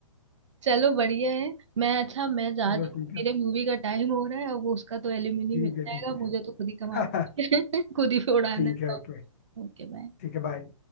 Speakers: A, on the right; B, on the left.
A: चलो बढ़िया है मैं अच्छा मैं जाती
B: चलो
A: हूँ
B: ठीक
A: मेरे
B: है
A: मूवी का टाइम हो रहा है अब वो उसका तो एलिमनी
B: ठीक
A: मिल
B: है
A: जाएगा
B: ठीक
A: मुझे तो खुद ही कमाना
B: है
A: है <laughs> खुद ही
B: <laughs>
A: उड़ाना
B: ठीक है
A: है
B: ओके
A: Okay bye
B: ठीक है बाय